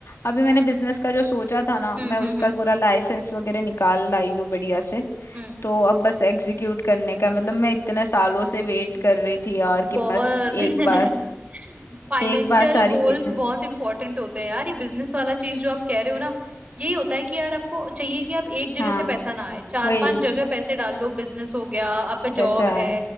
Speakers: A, on the left; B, on the right.
A: अभी मैंने बिजनेस का जो सोचा था ना
B: हम्म
A: मैं उसका
B: हम्म हम्म
A: पूरा लाइसेंस वगैरह निकाल लाई हूँ बढ़िया से
B: हम्म
A: तो अब बस एग्जीक्यूट करने का मतलब मैं इतने सालों से वेट कर रही थी यार कि
B: बहुत
A: बस एक
B: <laughs>
A: बार
B: फाइनेंशियल
A: एक बार सारी
B: गोल्स
A: चीजें
B: बहुत इंपॉर्टेंट होते हैं यार ये बिजनेस वाला चीज जो आप कह रहे हो ना यही होता है कि यार आपको चाहिए कि आप एक जगह
A: हाँ
B: से पैसा ना आए चार
A: वही
B: पांच जगह पैसे डाल लो बिजनेस हो गया आपका
A: पैसा
B: जॉब है
A: है